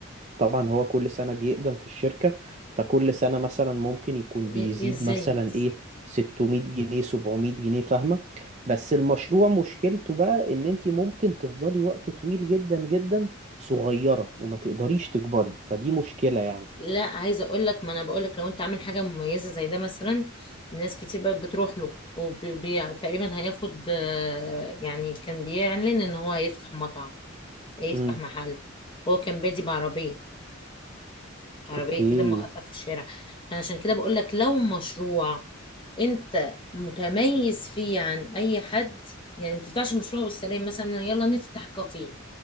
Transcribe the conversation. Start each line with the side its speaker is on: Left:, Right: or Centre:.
Right: طبعا هو كل سنة بيقدم في الشركة فكل سنة مثلا ممكن يكون بيزيد
Left: إيه- ازاي
Right: مثلا
Left: بس
Right: ايه 600 جنيه 700 جنيه فاهمة بس المشروع مشكلته بقى ان انتي ممكن تفضلي وقت طويل جدا جدا صغيرة وما تقدريش تكبري فدي مشكلة يعني
Left: لا عايزه اقول لك ما انا بقول لك لو انت عامل حاجه مميزه زي ده مثلا ناس كتير بقت بتروح له وتقريبا هياخد آه، يعني كان بيعلن ان هو هيفتح مطعم هيفتح
Right: امم
Left: محل هو كان بادي بعربيه عربيه
Right: اوكي
Left: كده موقفه في الشارع انا عشان كده بقول لك لو مشروع انت متميز فيه عن اي حد يعني ما بتفتحش مشروع والسلام مثلا يلا نفتح كافيه